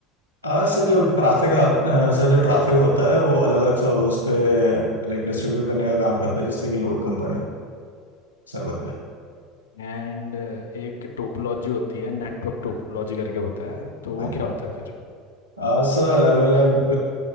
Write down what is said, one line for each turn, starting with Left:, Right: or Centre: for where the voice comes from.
Right: आ, सर जो ट्रैफिक सर जो ट्रैफिक होता है वो अलग अलग सर्वर्स पे लाइक डिस्ट्रीब्यूट करने का काम करता है जिससे कि लोड कम पड़े सर्वर पे
Left: एंड एक टोपोलॉजी होती है नेटवर्क टोपोलॉजी करके होता है तो वो
Right: हाँ जी
Left: क्या होता है फिर
Right: आ, सर अलग अलग